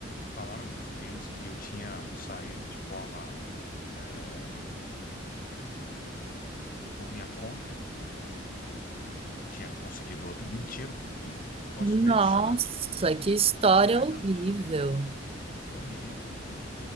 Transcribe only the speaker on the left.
Falaram para os clientes que eu tinha saído de forma, eh, foi por minha conta, não, eu tinha conseguido outro. Mentiram para o cliente. Um negócio
meio chato.
É,
não, horrível, horrível.